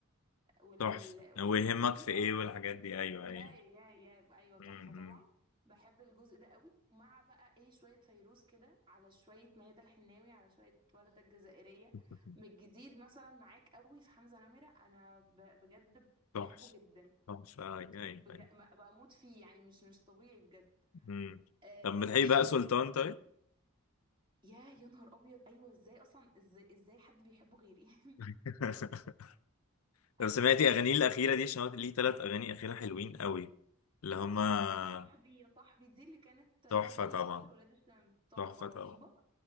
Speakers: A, on the right; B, on the left.
A: وال
B: تحفة
A: وال والحتة
B: ويهمك
A: دي
B: في ايه
A: اه
B: والحاجات دي ايوه
A: ويا
B: ايوه
A: يا يا ايوه
B: مم.
A: تحفة طبعا بحب الجزء ده قوي مع بقى ايه شوية فيروز كده على شوية ميادة الحناوي على شوية وردة الجزائرية
B: <laughs>
A: من الجديد مثلا معاك قوي في حمزة نمرة انا ب- بجد
B: تحفة
A: بحبه جدا
B: تحفة ايوه ايوه
A: بج-
B: أيوة.
A: ب- بموت فيه يعني مش مش طبيعي بجد
B: مم.
A: آه
B: طب بتحبي
A: شوية
B: بقى سلطان طيب؟
A: يا يا نهار ابيض ايوه ازاي اصلا ازاي ازاي حد بيحبه غيري <laughs>
B: <laughs> طب
A: انا
B: سمعتي
A: بموت
B: اغانيه
A: فيه
B: الاخيرة دي عشان هو ليه ثلاث اغاني اخيرة حلوين قوي اللي
A: عارفة
B: هما
A: بتاعت صاحبي يا صاحبي دي اللي كانت تتر
B: تحفة طبعا
A: مسلسل ولاد الشمس تحفة
B: تحفة
A: رهيبة
B: طبعا